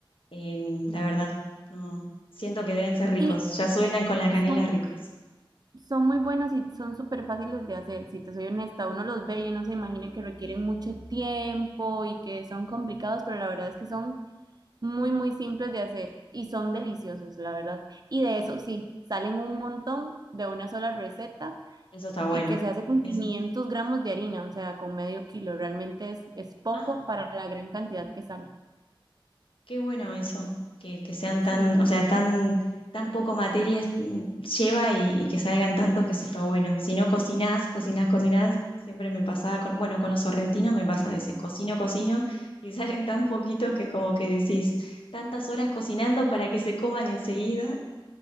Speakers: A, on the left (about 75°); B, on the right (about 50°).
A: Em, la verdad, no. Siento que deben ser ricos.
B: Y
A: Ya suenan con la canela
B: son
A: ricos.
B: Son muy buenos y son súper fáciles de hacer, si te soy honesta, uno los ve y uno se imagina que requieren
A: Sí.
B: mucho tiempo y que son complicados, pero la verdad es que son muy, muy simples de hacer y son deliciosos, la verdad. Y de eso sí, salen un montón de una sola receta
A: Eso está bueno.
B: y que se hace con 500
A: Es,
B: gramos de harina, o sea, con medio kilo, realmente es, es poco
A: ah,
B: para la gran cantidad que sale.
A: Qué bueno eso, que, que sean
B: Sí.
A: tan, o sea, tan, tan poco materias mm, lleva y, y que salgan tantos que eso está bueno. Si no cocinás, cocinás, cocinás, siempre me pasaba con, bueno, con los sorrentinos me pasa a veces, cocino, cocino y <laughs> salen tan poquitos que es como que decís, tantas horas cocinando para que se coman enseguida,